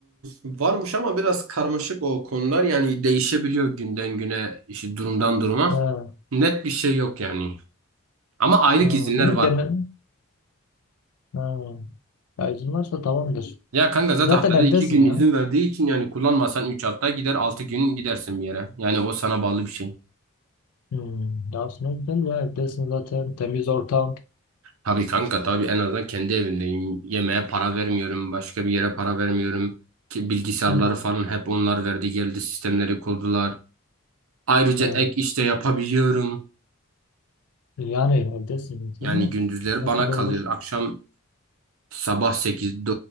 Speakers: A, on the right; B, on the left.
A: varmış ama biraz karmaşık o konular yani değişebiliyor günden güne işte durumdan duruma
B: Ha.
A: net bir şey yok yani ama aylık
B: Ha.
A: izinler
B: Bilmiyorum
A: var
B: gelme. Ha. Ya izin varsa tamamdır.
A: ya kanka zaten
B: Zaten
A: haftada
B: evdesin
A: iki gün
B: ya.
A: izin verdiği için yani kullanmasan 3 hafta gider 6 gün gidersin bir yere yani o sana bağlı bir şey
B: Hmm. Daha sonra güzel ya evdesin zaten. Temiz ortam.
A: tabii kanka tabii en azından kendi evimdeyim yemeğe para vermiyorum başka bir yere para vermiyorum ki bilgisayarları
B: Hmm.
A: falan hep onlar verdi geldi sistemleri kurdular ayrıca
B: Ha.
A: ek işte yapabiliyorum
B: Yani evdesin. Sen
A: yani
B: ne?
A: gündüzleri
B: Her
A: bana
B: türlü
A: kalıyor
B: olur.
A: akşam Sabah sekiz